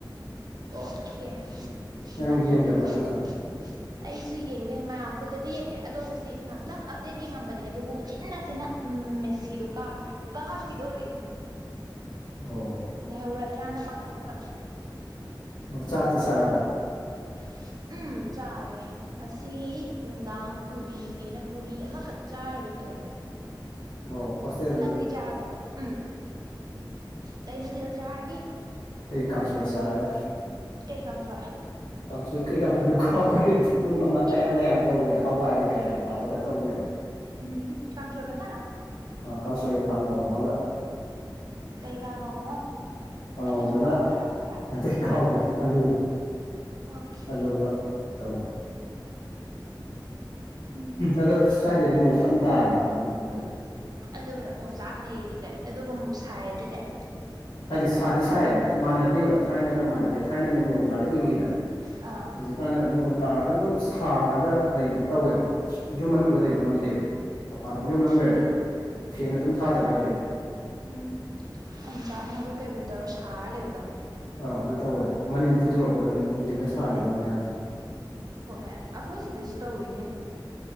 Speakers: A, on the right (about 55°); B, on the left (about 70°).
A: ꯑꯣ ꯑꯣꯀꯦ
B: ꯅꯪ
A: ꯃꯥꯟꯅꯩꯅꯦ
B: ꯌꯦꯡꯗꯕ꯭ꯔꯥ
A: ꯑꯗꯨꯗꯤ
B: ꯅꯪꯁꯨ
A: ꯑꯩꯁꯨ ꯌꯦꯡꯗꯦ ꯃꯌꯥꯝ ꯄꯨꯜꯂꯗꯤ ꯌꯦꯡꯉꯦ ꯑꯗꯣ ꯍꯧꯖꯤꯛ ꯉꯥꯏꯍꯥꯛꯇꯪ ꯑꯞꯗꯦꯠ ꯌꯦꯡꯉꯝꯕꯅꯦ ꯑꯗꯨꯕꯨꯆꯤꯅꯥ ꯆꯤꯟꯅ ꯎ ꯃꯦꯁꯤꯗꯣ ꯀꯥꯈ꯭ꯔꯦ ꯀꯥꯈꯤꯗꯣꯔꯦ
B: ꯑꯣ
A: ꯂꯩꯍꯧꯔꯗ꯭ꯔꯥꯅ ꯄꯥꯈꯠꯂꯒ
B: ꯑꯣ ꯆꯥꯛꯇꯤ ꯆꯥꯔꯕꯣ
A: <inaudible> ꯎ ꯆꯥꯔꯦ ꯉꯁꯤ ꯅꯨꯡꯗꯥꯡ ꯄꯨꯔꯤ ꯄꯦꯅ ꯄꯨꯔꯤ ꯑꯃꯈꯛ ꯆꯥꯔꯒ ꯇꯣꯛꯑꯦ
B: ꯑꯣ ꯍꯣꯁꯇꯦꯜ
A: ꯅꯪꯗꯤ ꯆꯥꯔꯕꯣ ꯎꯝ ꯀꯩ ꯃꯊꯦꯜ ꯆꯥꯔꯒꯦ
B: ꯑꯩ ꯀꯥꯁꯣꯏ ꯆꯥꯔꯦ
A: ꯀꯩ ꯀꯥꯡꯁꯣꯏ
B: ꯀꯥꯡꯁꯣꯏ ꯀꯩ ꯀꯥꯡꯁꯣꯏꯅꯣ ꯀꯥꯎꯈꯔꯦ ꯃꯌꯥꯝ
A: ꯏ
B: ꯃꯌꯥꯝ ꯇꯧꯕꯅꯦ ꯍꯋꯥꯏ ꯀꯩꯀꯥ ꯌꯥꯝ ꯍꯥꯞꯄꯒ ꯇꯧꯕꯅꯦꯕ
A: ꯎꯝ ꯍꯨꯝ ꯀꯥꯡꯁꯣꯏ ꯈꯛꯇꯥ
B: ꯀꯥꯡꯁꯣꯏꯒ ꯀꯥꯡꯉꯧ ꯑꯃꯒ
A: ꯀꯩ ꯀꯥꯡꯉꯧꯅꯣ
B: ꯀꯥꯡꯉꯧꯗꯨꯅ
A: ꯑꯗꯨꯁꯨ ꯀꯥꯎꯒ꯭ꯔꯦ ꯍꯥꯏꯔꯛꯇꯣꯏꯔꯥ
B: ꯑꯇꯩ ꯀꯥꯎꯈꯔꯦ ꯑꯂꯨ
A: ꯑꯣꯀꯦ
B: ꯑꯂꯨꯒ ꯇꯧ
A: ꯎꯝ
B: ꯑꯗꯣ ꯁ꯭ꯋꯥꯏꯗꯗꯤ ꯅꯣꯡ ꯀꯟꯅ ꯇꯥꯔꯤꯌꯦ ꯃꯅꯤꯄꯨꯔꯗꯗꯤ
A: ꯑꯗꯨꯒ ꯑꯣꯟꯆꯥꯛ ꯅꯩꯌꯦꯗꯤ ꯀꯩ ꯑꯗꯨꯒ ꯑꯃꯨꯛ ꯁꯥꯏꯌꯦꯗꯤ ꯀꯩ
B: ꯍꯥꯏꯗꯤ ꯁꯥꯗꯤ ꯁꯥꯏꯌꯦꯕ ꯃꯥꯟꯅꯗꯦꯕ ꯊꯥꯏꯅꯒ ꯃꯥꯟꯅꯗꯦ ꯊꯥꯏꯅꯅꯥ ꯅꯣꯡ ꯇꯥꯔ ꯏꯪꯉꯤꯗꯅ
A: ꯑꯥ
B: ꯍꯧꯖꯤꯛꯀꯥꯟꯗ ꯅꯣꯡ ꯇꯥꯔꯁꯨ ꯑꯗꯨꯝ ꯁꯥꯔꯒ ꯂꯩꯕꯗ ꯇꯧꯋꯦꯕ ꯌꯨꯝ ꯃꯅꯨꯡꯗ ꯂꯩꯕ ꯉꯝꯗꯦꯕ ꯃꯄꯥꯟ
A: ꯑꯣꯀꯦ
B: ꯌꯨꯝ ꯃꯅꯨꯡ ꯂꯩꯔꯁꯨ ꯐꯦꯟ ꯑꯗꯨꯝ ꯊꯥꯗꯕ ꯌꯥꯗꯦꯕ
A: ꯎꯝ ꯑꯣꯝ ꯆꯥꯛ ꯅꯕꯣꯏ ꯀꯩꯕꯣꯏ ꯇꯧꯔ ꯁꯥꯔ ꯂꯩꯕꯗꯣ
B: ꯑꯥ ꯑꯗꯨ ꯇꯧꯋꯦꯕ ꯃꯅꯤꯟ ꯐꯨꯗꯣꯔꯛꯄꯗ ꯅꯨꯡꯊꯤꯟꯅꯗ ꯁꯥꯈꯤꯕ
A: ꯎꯝ ꯎꯝ
B: ꯃꯌꯥꯝꯗꯣ
A: ꯍꯣꯏ ꯑꯩꯈꯣꯏ ꯁꯤꯗꯁꯨ ꯇꯧꯋꯅꯦ